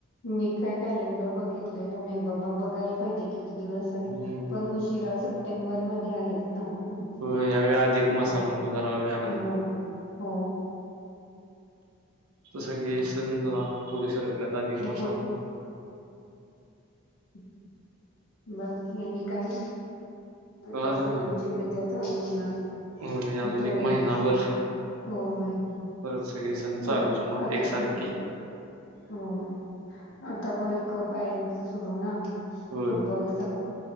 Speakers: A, on the left (about 55°); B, on the right (about 85°).
A: मी काय कॅलेंडर बघितलेलं नाही बाबा बघते बघाय पाहिजे किती दिवस
B: हम्म
A: पण उशीिरा सप्टेंबरमध्येध्ये आहेत ना हम्म,
B: हो यावेळी अधिक मासामुळे
A: हम्म.
B: जरा वेळान
A: हो हो
B: सगळे सण जरा पुढ सरकल्यात अधिकमासामुळे
A: हो ह् <unintelligible> बाकी आणि काय आता
B: काय
A: सणांची
B: नाही.
A: मज्जा चालू होणार
B: होय अजून
A: थोडे
B: एक महिनाभर
A: दिवसात होय
B: परत सगळे सण
A: आ
B: चालूच मग
A: आता
B: एकसारखे.
A: त हो आता वर्ल्ड कप आहे सुरू ना फुटबॉलचा
B: होय